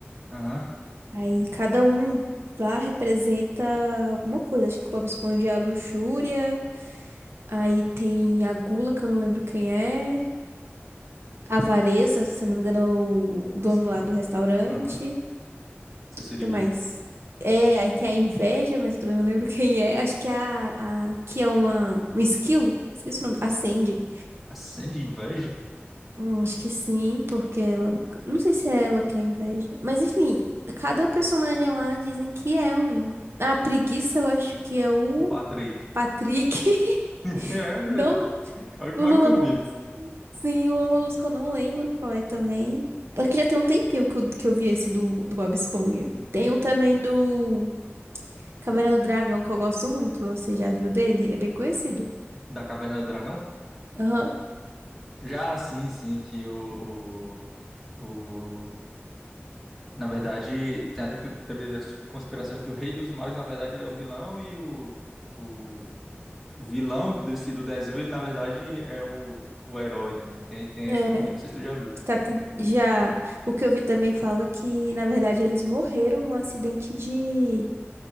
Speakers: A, in the centre; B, on the right (about 65°).
A: Aham.
B: Aí cada um lá representa alguma coisa. Acho que o Bob Esponja é a luxúria. Aí tem a gula, que eu não lembro quem é. A avareza, se eu não me engano, é o o dono
A: Essa do-
B: lá do restaurante.
A: Aham. Seu
B: O
A: siriguejo.
B: que mais? É, aí tem a inveja, mas eu também não lembro <laughs> quem é. Acho que é a, a que é uma, um esquilo. Esqueci o nome. A Sandy.
A: Acende inveja?
B: Hum, acho que sim, porque ela. Não sei se é ela que é a inveja. Mas enfim, cada personagem lá dizem que é um. Ah, a preguiça eu acho que é o.
A: Ô, Patrick.
B: Patrick. <laughs>
A: <laughs> É,
B: Não,
A: é o que
B: o
A: mais
B: Lula.
A: combina.
B: Mo- Sim, o Lula Molusco eu não lembro qual é também. É que já tem um tempinho que eu, que eu vi esse do, do Bob Esponja.
A: Entendi.
B: Tem um também do Caverna do Dragão que eu gosto muito. Você já viu dele? É bem conhecido.
A: Da Caverna do Dragão?
B: Aham.
A: Já sim, sim, que o, o, o... Na verdade, tem a teo- teoria da conspiração que o Rei dos Magos, na verdade, ele é o vilão e o, o, o vilão do do desenho, ele, na verdade, é o, o herói, né? Tem, tem
B: É.
A: essa também, não sei se tu já viu.
B: Tá, tem- Já. O que eu vi também fala que, na verdade, eles morreram num acidente de